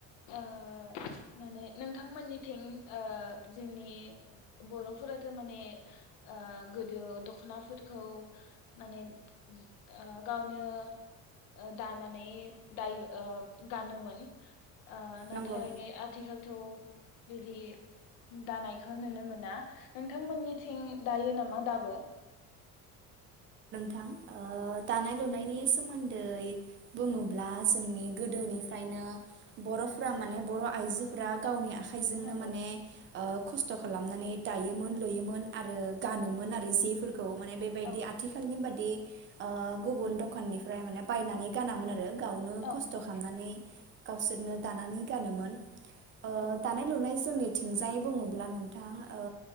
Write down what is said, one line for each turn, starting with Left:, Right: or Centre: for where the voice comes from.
Left: ओ माने नोंथांमोननिथिं ओ जोंनि बर'फोराथ' माने ओ गोदो दखनाफोरखौ माने ओ गावनो ओ दानानै दायो ओ गानोमोन। ओ नाथाय
Right: नंगौ
Left: आथिखालथ' बिदि दानायखौ नुनो मोना नोंथांमोननिथिं दायो नामा दाबो?
Right: थां ओ दानाय लुनायनि सोमोन्दै बुङोब्ला जोंनि गोदोनिफ्रायनो बर'फोरा माने बर' आइजोफोरा गावनि आखा खाइजोंनो
Left: नंगौ
Right: माने ओ खस थ' खालामनानै दायोमोन लुयोमोन आरो गानोमो मोन आरो जिफोर खौ माने बेबायदि
Left: औ
Right: आथिखालनि बादि ओ गुबुन दखाननिफ्राय माने बायनानै गानामोन आ रो गावनो
Left: औ
Right: खस्थ'
Left: नंगौ
Right: खामनानै गावसोरनो दानानै गानोमोन ओ
Left: औ
Right: दानाय लुनाय जोंनि थिंजायै बुङोब्ला नोंथां ओ